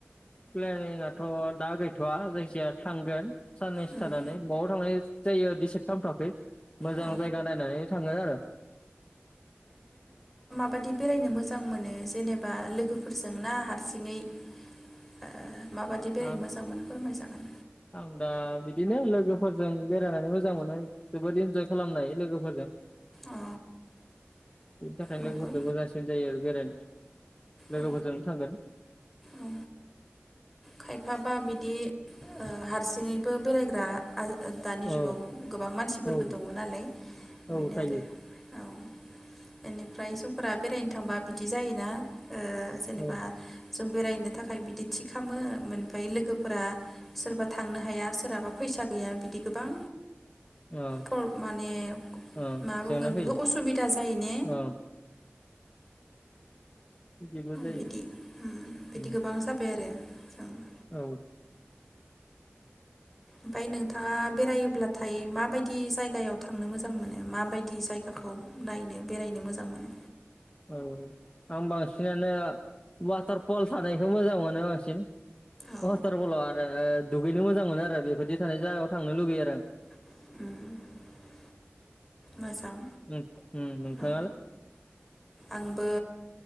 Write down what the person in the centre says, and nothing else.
उम
औ
बादि बेरायनो मोजां मोनो जेनेबा लोगोफोरजों ना हारसिङै ओ? माबादि बेरायनो
मोजां मोनो फोरमायजागोन
औ
नंगौ
औ
औ खायफाबा बिदि ओ हारसिङैबो बेरायग्रा दानि
जुगाव गोबां मानसिफोरबो
दङ' नालाय
बेनो
आरो औ इनि ओमफ्राय जोंफोरा बेरायनो थांबा बिदि जायोना ओ जेनेबा
जों बेरायनो थाखाय बिदि थिग खामो ओमफ्राय लोगोफोरा सोरबा थांनो हाया सोरहाबा फैसा गैया बिदि गोबां
ओ <unintelligible> माने
मा बुंगोन
बेखौ असुबिदा जायो ने?
बिदि बिदि
गोबां जाबाय <inaudible>
उमफ्राय नोंथाङा बेरायोब्ला थाय माबायदि जायगायाव थांनो मोजां मोनो मोने माबायदि जायगाखौ नायनो बेरायनो मोजां मोनो?
औ
<inaudible> मोजां
औ आंबो